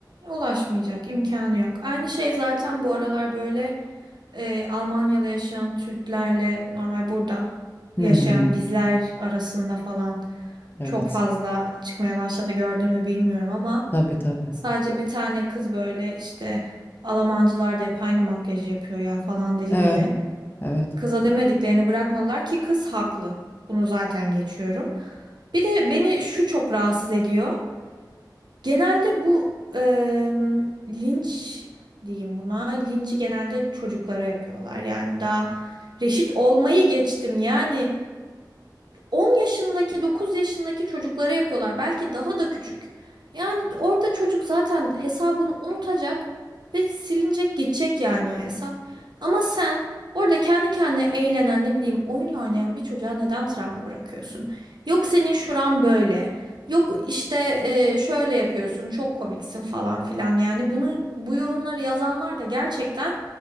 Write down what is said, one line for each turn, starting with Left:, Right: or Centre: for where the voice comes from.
Right: Ulaşmayacak imkanı yok. Aynı şey zaten bu aralar böyle e, Almanya'da yaşayan Türklerle normal burada yaşayan
Left: Hı hı.
Right: bizler arasında falan
Left: Evet.
Right: çok fazla çıkmaya başladı gördün mü bilmiyorum ama
Left: Tabii tabii.
Right: sadece bir tane kız böyle işte Almancılar da hep aynı makyajı yapıyor ya falan dedi
Left: Evet,
Right: diye.
Left: evet.
Right: Kıza demediklerini bırakmadılar ki kız haklı. Bunu zaten geçiyorum. Bir de beni şu çok rahatsız ediyor. Genelde bu em, linç diyeyim buna. Linci genelde çocuklara yapıyorlar. Yani daha reşit olmayı geçtim. Yani 10 yaşındaki, 9 yaşındaki çocuklara yapıyorlar. Belki daha da küçük. Yani orada çocuk zaten hesabını unutacak ve silinecek, geçecek yani o hesap. Ama sen orada kendi kendine eğlenen, ne bileyim, oyun oynayan bir çocuğa neden travma bırakıyorsun? Yok senin şuran böyle. Yok işte e, şöyle yapıyorsun, çok komiksin falan filan. Yani bunu bu yorumları yazanlar da gerçekten